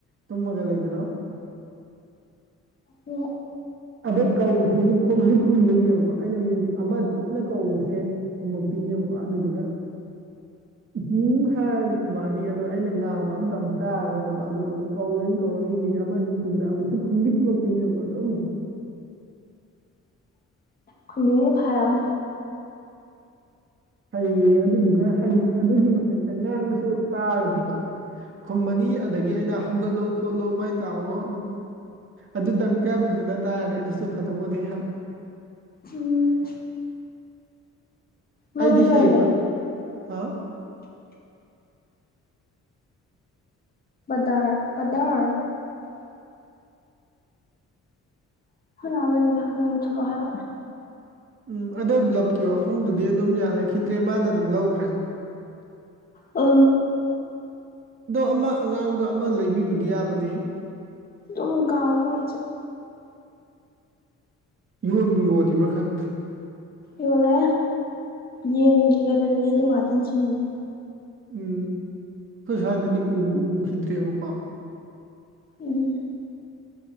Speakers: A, on the right; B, on the left.
A: ꯇꯨꯝꯃꯒ ꯂꯩꯕꯗꯣ
B: ꯎ
A: ꯑꯗꯩ ꯀꯧꯕꯁꯤꯁꯨ ꯈꯨꯝꯗꯤ ꯈꯨꯝꯗꯣꯏꯅꯦꯕꯀꯣ ꯑꯩꯅ ꯃꯤꯅꯤꯠ ꯑꯃ ꯆꯨꯞꯅ ꯀꯧꯕꯁꯦ ꯊꯨꯝꯃꯛꯇꯤꯅꯦꯕꯀꯣ ꯑꯗꯨꯗꯨꯒ ꯏꯍꯤꯡ ꯍꯥꯏꯔꯒ ꯈꯨꯕꯥꯅꯤ ꯑꯗꯣ ꯑꯩꯅ ꯉꯥꯡꯕ ꯑꯇ ꯑꯃꯨꯛ ꯇꯥꯔꯔꯣꯏꯕꯀꯣ ꯑꯗꯨꯒ ꯑꯃꯨꯛ ꯀꯧꯔꯅꯤ ꯀꯧꯔꯅꯤ ꯃꯤꯅꯤꯠ ꯑꯃ ꯇꯨꯡꯗ ꯑꯃꯨꯛꯁꯨ ꯈꯨꯝꯗꯤ ꯈꯨꯝꯃꯛꯇꯣꯏꯅꯦꯕꯀꯣ ꯑꯗꯨꯝ
B: ꯈꯃ ꯐꯔꯝ
A: ꯐꯩꯌꯦ ꯑꯗꯨꯗꯨꯒ ꯍꯥꯏꯗꯤ ꯑꯗꯨꯒꯤ ꯃꯊꯛꯇ ꯉꯥꯡꯕꯁꯨ ꯇꯥꯔꯗꯤꯀꯣ ꯈꯨꯝꯃꯅꯤ ꯑꯗꯒꯤ ꯑꯩꯅ ꯍꯧꯒꯠꯂꯣ ꯈꯣꯠꯂꯨ ꯃꯥꯏꯅ ꯇꯧꯔꯣ ꯑꯗꯨꯇꯪꯒ ꯐꯖꯅ ꯇꯥꯔꯗꯤ ꯑꯗꯨꯁꯨ ꯐꯗꯧꯅꯦ ꯍꯥꯏꯕ
B: ꯎꯝ ꯃꯩ
A: ꯑꯩꯗꯤ
B: ꯃꯆꯨ
A: ꯍꯦꯛ
B: ꯑꯣꯏꯅꯗꯦ
A: ꯇꯧ ꯍꯥ
B: ꯗꯔ ꯄꯗꯔ ꯍꯗꯅꯤ ꯊ ꯍꯥꯏ
A: ꯎꯝ ꯑꯗꯣ ꯕ꯭ꯂꯞꯀꯤ ꯋꯥꯐꯝꯗꯨꯗꯤ ꯑꯗꯨꯝ ꯌꯥꯅꯈꯤꯗ꯭ꯔꯦ ꯃꯥꯅ ꯑꯗꯨꯝ ꯂꯧꯈ꯭ꯔꯦ
B: ꯑ
A: ꯑꯗꯣ ꯑꯃ ꯑꯉꯥꯡꯕ ꯑꯃ ꯂꯩꯕꯤꯕꯗꯤ ꯌꯥꯕꯅꯦ
B: ꯇꯀꯕ ꯆ
A: ꯌꯣꯟꯕ ꯌꯣꯜꯂꯤꯔꯤꯕ꯭ꯔꯥ ꯈꯪꯗ꯭ꯔꯦ
B: ꯌꯣꯜꯂꯦ ꯌꯦꯟꯒꯤꯦ ꯀꯩꯗꯔꯗꯤꯗ ꯉꯥꯛꯇꯪ ꯁꯤꯖꯤꯟꯅꯁꯦ
A: ꯎꯝ ꯑꯩꯈꯣꯏ ꯁꯋꯥꯅꯗꯤ ꯎꯕ ꯎꯈꯤꯗ꯭ꯔꯦꯕꯀꯣ
B: ꯎꯝ